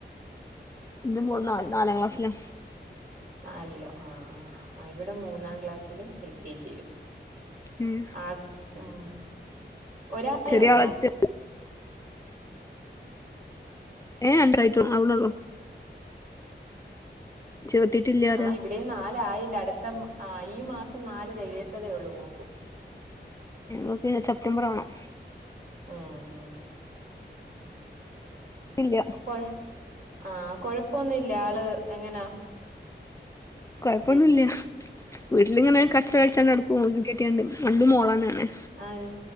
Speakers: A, on the left; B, on the right.
A: എന്റെ മോൾ നാൽ നാലാം ക്ലാസ്സിലാ
B: അല്ലോ ആഹ് -ആഹ് ഇവിടെ മൂന്നാം ക്ലാസ്സിലും എൽ കെ ജിയിലും
A: ഉം
B: ആഴ്ച്ച് ഉംഉ ഒരാളെ
A: ചെറിയ
B: ഒള്ളോ
A: ആളെ ചെ ഏഹ് ആന്ത്രയിറ്റു അവിളുള്ളൂ ചേർത്തിട്ടില്ല പറയാ
B: ആഹ് ഇവിടെയും നാലായില്ല അടുത്ത ആഹ് ഈ മാസം നാല് തികയത്തതേ ഉള്ളൂ മോൾക്കും
A: അവക്ക് സെപ്റ്റംബർ ആവണം
B: ആ ആ
A: ഇല്ല
B: അക്കൊഴ് ആഹ് കൊഴപ്പൊന്നു ഇല്ല ആള് എങ്ങനാ
A: കൊഴപ്പൊന്നും
B: വീട്ടില്
A: ഇല്ല്യാ വീട്ടിലിങ്ങനെ കച്ചകളിച്ചാണ്ടട് <unintelligible> രണ്ട് മോളു തന്നെ
B: ആരാ